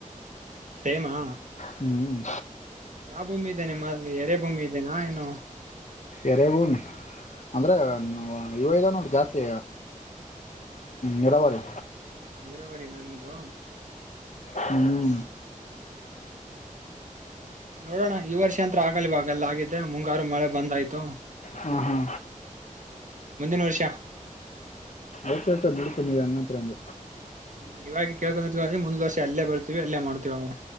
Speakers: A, on the right (about 65°); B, on the left (about 55°).
A: ಸೇಮಾ
B: ಹ್ಮ್
A: ಯಾವ ಭೂಮಿ ಇದೆ ನಿಮ್ಮಲ್ಲಿ ಎರೆ ಭೂಮಿ ಇದೇನಾ ಏನು
B: ಎರೆ ಭೂಮಿ ಅಂದ್ರೆ ಇವ ಇದೆ ನೋಡ ಜಾಸ್ತಿ ನಿರಾವರಿ
A: ನೀರಾವರಿ ನಾ ನಿಮ್ದು
B: ಹ್ಮ್
A: ನೋಡೋಣ ಈ ವರ್ಷ ಅಂತ್ರ ಆಗಲ್ ಇವಾಗಲ್ಲ ಆಗತೆ ಮುಂಗಾರು ಮಳೆ ಬಂದ್ ಆಯ್ತು.
B: ಹ್ಮ ಹ್ಮ
A: ಮುಂದಿನ ವರ್ಷ.
B: ಓಕೆತ ನಡತ ನೀವ ಹಂಗಂತರಂಗ.
A: ಹ್ಮ್ ಇವಾಗಿ ಕೇಳಕೊತ್ತಿವಿ ಮುಂದ್ ವರ್ಷ ಅಲ್ಲೇ ಬರ್ತೀವಿ ಅಲ್ಲೇ ಮಾಡ್ತೀವಿ ಅಂತ.